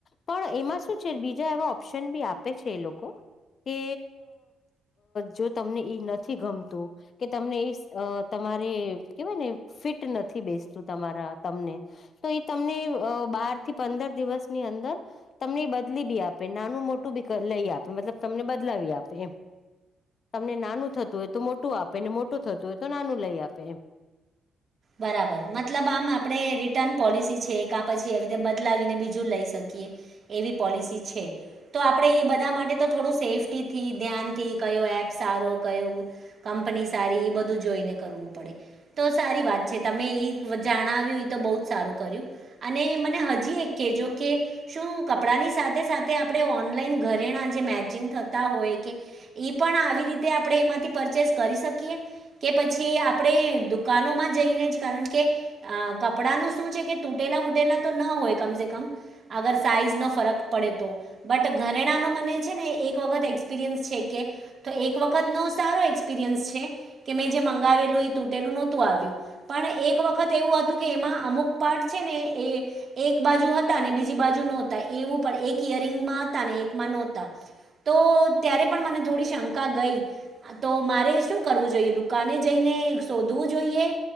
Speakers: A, on the left (about 55°); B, on the right (about 45°).
A: પણ એમાં શું છે બીજા એવા ઓપ્શન બી આપે છે એ લોકો કે જો તમને ઈ નથી ગમતું કે તમને એ અ તમારે કેવાય ને ફિટ નથી બેસતું તમારા તમને તો એ તમને બાર થી પંદર દિવસની અંદર તમને બદલી બી આપે નાનું મોટું બી લઈ આપે મતલબ તમને બદલાવી આપે એમ. તમને નાનું થતું હોય તો મોટું આપે ને મોટું થતું હોય તો નાનું લઈ આપે એમ.
B: બરાબર મતલબ આમ આપડે રિટર્ન પોલિસી છે કા પછી એવી રીતે બદલાવીને બીજું લઈ શકીએ. એવી પોલસી છે તો આપણે એ બધા માટે તો થોડું સેફીટીથી ધ્યાનથી કઈ એપ સારો કઈ કંપની સારી એ બધું જોઈને કરવું પડે તો સારી વાત છે તમે એ જાણાવ્યું એ તો બહુ જ સારું કર્યું અને મને હજી એક કેજો કે શું કપડાંની સાથે સાથે આપણે ઓનલાઈન ઘરેણા જે મેચિંગ થતા હોય કે એ પણ પણ આવી રીતે આપણે એમાંથી પરચેસ કરી શકીએ કે પછી આપણે દુકાનોમાં જ જઈ ને કારણ કે કપડા નુ શું છે કે તૂટેલા તૂટેલા તો ના હોય કમસે કમ આ અગર સાઈઝનો ફરક પડે તો બટ ઘરેણાનો મને છે ને એક વખત એક્સપિરિયન્સ છે કે તો એક વખતનો સારો એક્સપિરિયન્સ છે કે મેં જે મંગાવેલું એ તૂટેલું નહોતું આવ્યું. પણ એક વખત એવું હતું કે એમાં અમુક પાર્ટ છે ને એ એક બાજુ હતા અને બીજી બાજુ નોતા એવું પણ એક ઈયરિંગમાં હતા ને એકમાં નહોતા. તો ત્યારે પણ મને થોડી શંકા ગઈ તો મારે શું કરવું જોઈએ દુકાને જઈને શોધવું જોઈએ.